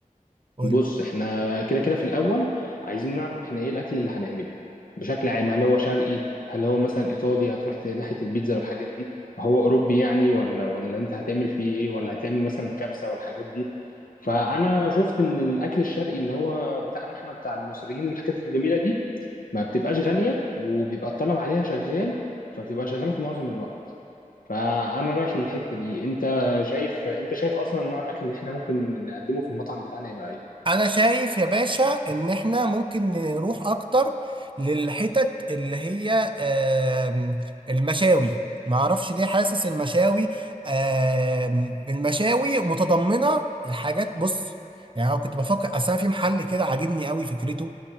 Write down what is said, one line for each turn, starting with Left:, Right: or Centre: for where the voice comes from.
Right: قول
Left: بص
Right: لي
Left: احنا كده كده في الاول عايزين نعرف احنا ايه الاكل اللي هنعمله بشكل عام هل هو شرقي هل هو مثلا ايطالي هتروح ت- ناحيه البيتزا والحاجات دي هو اوروبي يعني ولا ولا انت هتعمل فيه ايه ولا هتعمل مثلا كبسه والحاجات دي فانا شفت ان الاكل الشرقي اللي هو بتاعنا احنا بتاع المصريين الحاجات الجميله دي ما بتبقاش غاليه وبيبقى الطلب عليها شغال فبتبقى شغاله في معظم الوقت فانا رايح للحته دي انت شايف انت شايف اصلا نوع الاكل اللي احنا ممكن نقدمه في المطعم بتاعنا يبقى ايه
Right: انا شايف يا باشا ان احنا ممكن نروح اكتر للحتت اللي هي آم، المشاوي ما اعرفش ليه حاسس المشاوي آم، المشاوي متضمنه الحاجات بص يعني انا كنت بفكر اصل أنا في محل كده عاجبني قوي فكرته